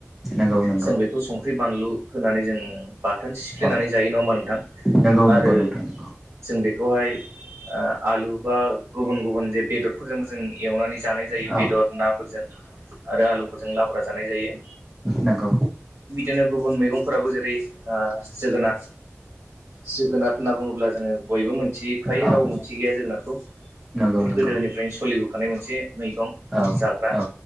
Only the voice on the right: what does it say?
जों बेखौ संख्रि बानलु होनानै जों बाथोन सिफ्लेनानै
जायो नङा होमबा नोंथां?
आरो
जों बेख बेखौहाय ओ आलु बा गुबुन गुबुन जे बेदरफोरजोंबो जों एवनानै जानाय जायो
बेदर नाफोरजों आरो आलुफोरजों लाब्रा जानाय जायो।
नो गुबुन मैगंफोराबो जेरै ओ जोगोनार जोगोनार होनना बुङोब्ला जोङो बयबो मोनथिखायो
रावबो मोनथि गैया जोगोनारखौ।
बेफोर
गोदोनिफ्रायनो सलिबो थानाय मोनसे मैगं
जाग्रा